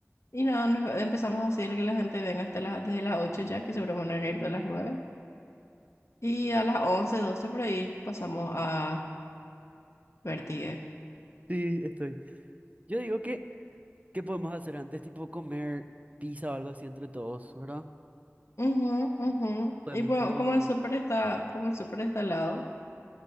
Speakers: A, on the left; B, on the right.
A: y nada, nos- empezamos así el que la gente venga hasta las, desde las 8 ya, que seguro van a venir todas las 9 y a las 11 12 por ahí pasamos a Vertigue.
B: Sí, estoy. Yo digo que ¿Qué podemos hacer antes? Tipo comer pizza o algo así entre todos, ¿verdad?
A: Ujú, ujú.
B: Podemos
A: Y bueno,
B: como...
A: como el súper está, como el súper está al lado,